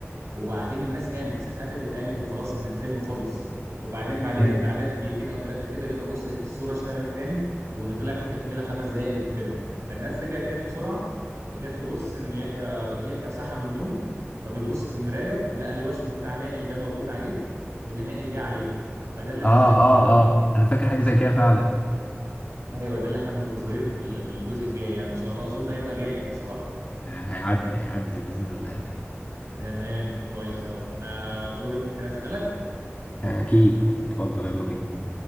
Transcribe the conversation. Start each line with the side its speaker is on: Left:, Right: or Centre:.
Right: وبعدين الناس قامت سقفت وقامت وخلاص ان الفيلم خلص وبعدين بعدها
Left: مم.
Right: بعدها بدقيقتين او ثلاثه كده جيت ابص لقيت الصوره اشتغلت تاني وان طلع في تكمله خمس دقائق للفيلم فالناس رجعت تاني بسرعه جت تبص ان يحيى يحيى صحى من النوم فبيبص في المرايه لقى الوشم بتاع نائل ده موجود عليه وان نائل جه عليه فده اللي احنا
Left: اه
Right: منتظرينه
Left: اه
Right: في ال-
Left: اه انا فاكر حاجه زي كده فعلا
Right: ايوه ده اللي احنا منتظرينه في ال- في الجزء الجاي يعني ان شاء الله اظن هيبقى جامد بصراحه
Left: هيعدي هيعدي باذن الله
Right: تمام كويس أوي آه دوري ممكن اسالك
Left: اكيد اتفضل يلا بينا